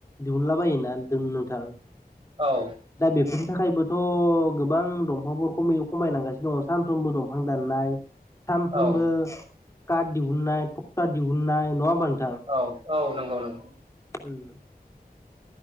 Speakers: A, on the left; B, on the right.
A: दिहुनला बायोना नोंथां।
B: औ
A: दा बेफोरनि थाखायबोथ' गोबां दंफांफोरखौम खमायनांगासिनो दङ सानफ्रोमबो दंफां दाननाय सानफ्रोमबो
B: औ
A: कार्ड दिहुननाय टक्टर दिहुननाय नङाबानोसि
B: औ औ नंगौ नंगौ
A: उम